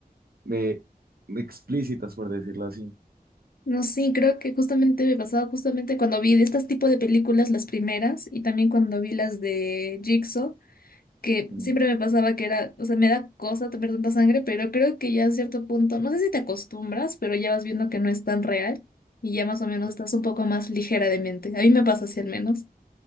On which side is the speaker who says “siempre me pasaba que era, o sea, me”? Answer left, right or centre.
Left